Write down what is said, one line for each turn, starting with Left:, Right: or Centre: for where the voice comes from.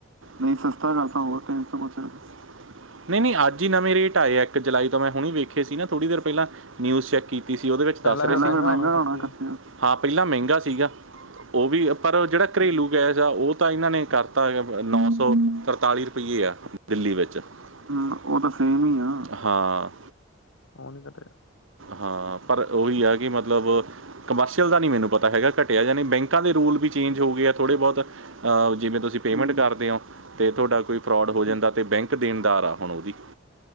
Right: ਨਹੀਂ ਸਸਤਾ ਕਰਤਾ। ਹੋਰ ਤਿਨਸੌ ਕੁਝ ਰੁਪਏ ਨਹੀਂ ਨਹੀਂ ਅੱਜ ਹੀ ਨਵੇਂ ਰੇਟ ਆਏ ਆ ਇੱਕ ਜੁਲਾਈ ਤੋਂ ਮੈਂ ਹੁਣ ਵੇਖੇ ਸੀ ਨਾ ਥੋੜ੍ਹੀ ਦੇਰ ਪਹਿਲਾਂ ਨਿਊਜ਼ ਚੈੱਕ ਕੀਤੀ। ਤੁਸੀ ਉਹਦੇ ਵਿੱਚ
Left: ਪਹਿਲਾਂ
Right: ਦੱਸ ਰਹੇ
Left: ਫਿਰ
Right: ਹਾਂ, ਪਹਿਲਾ ਮਹਿੰਗਾ
Left: ਕੱਟਿਆ
Right: ਹੋਣਾ ਏਕਤੀ ਸੌ, ਹਾਂ ਪਹਿਲਾਂ ਮਹਿੰਗਾ ਸੀਗਾ। ਉਹ ਵੀ ਪਰ ਜਿਹੜਾ ਘਰੇਲੂ ਗੈਸ ਆ ਉਹ ਤਾਂ ਇਹਨਾਂ ਨੇ ਕਰਤਾ ਨੌਸੌ ਤਰਤਾਲੀ ਰੁਪਈਏ ਆ ਦਿੱਲੀ ਵਿੱਚ ਹਮ ਉਹ ਤਾਂ ਸੇਮ ਹੀ ਆ, ਹਾ
Left: ਉਹ ਨੀ ਘਟਿਆ
Right: ਹਾਂ ਪਰ ਉਹੀ ਹੈ ਕਿ ਮਤਲਬ ਕਮਰਸ਼ੀਅਲ ਦਾ ਨਹੀਂ ਮੈਨੂੰ ਪਤਾ ਹੈਗਾ ਘਟਿਆ ਜਾ ਨਹੀ, ਬੈਂਕਾਂ ਦੇ ਰੂਲ ਵੀ ਚੇਂਜ ਹੋ ਗਏ ਆ ਥੋੜ੍ਹੇ ਬਹੁਤ ਜਿਵੇਂ ਤੁਸੀਂ ਪੇਮੈਂਟ ਕਰਦੇ ਹੋ ਅਤੇ ਤੁਹਾਡਾ ਕੋਈ ਫਰੋਡ ਹੋ ਜਾਂਦਾ ਅਤੇ ਬੈਂਕ ਦੇਣਦਾਰ ਆ ਹੁਣ ਉਹਦੀ